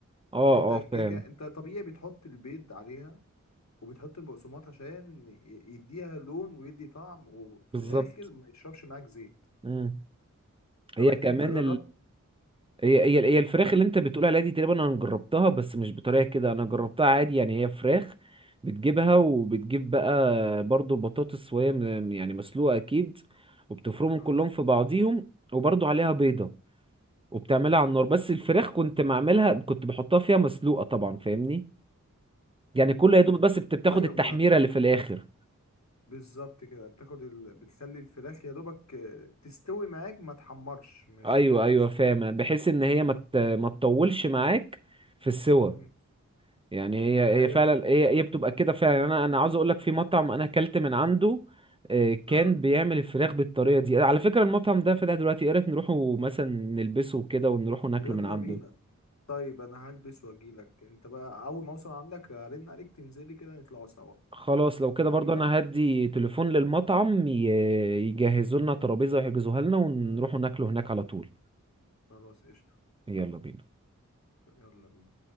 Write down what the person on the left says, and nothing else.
يعني انت
كده
كده انت طبيعي بتحط البيض عليها وبتحط البقسماط عشان ي- يديها لون ويدي طعم وفي
الاخر ما يشربش معاك زيت
طب
انت
جربت
مم.
اه
الفرق
الفرق
ايوه
ما بتبقى
بالظبط كده بتاخد ال... بتخلي الفراخ يا دوبك آه، تستوي معاك ما تحمرش مش
آه،
مش تاخد
مم.
ايوه
اه
يلا
بينا طيب انا هلبس واجيلك انت بقى اول ما اوصل عندك هرن عليك تنزلي كده نطلعوا سوا
يلا
بينا
خلاص قشطة
يلا بينا